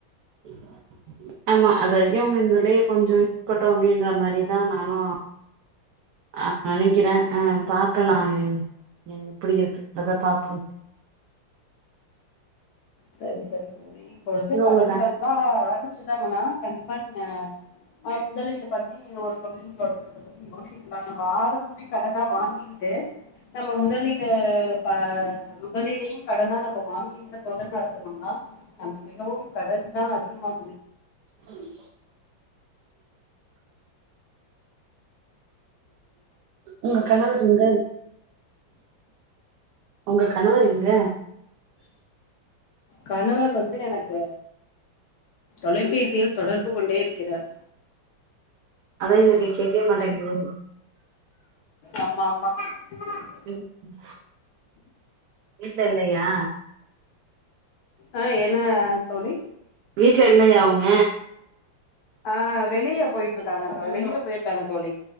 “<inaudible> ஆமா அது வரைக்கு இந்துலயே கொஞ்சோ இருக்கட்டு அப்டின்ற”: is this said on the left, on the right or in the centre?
Right